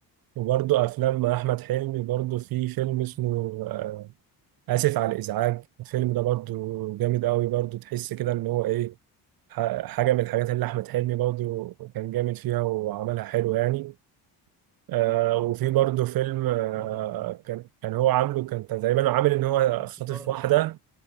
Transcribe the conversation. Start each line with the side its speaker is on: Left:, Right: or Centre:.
Right: وبرضه افلام احمد حلمي برضه في فيلم
Centre: مم.
Right: اسمه آه، آسف على الإزعاج الفيلم ده برضو جامد قوي برضو تحس كده إن هو إيه ح- حاجة من الحاجات اللي أحمد حلمي برضو كان جامد فيها وعملها حلو يعني آه وفي برضو فيلم آه
Centre: طبعا اه
Right: كان كان هو عامله كان تقريبا عامل إن هو
Centre: ظرف
Right: خاطف
Centre: طارق
Right: واحدة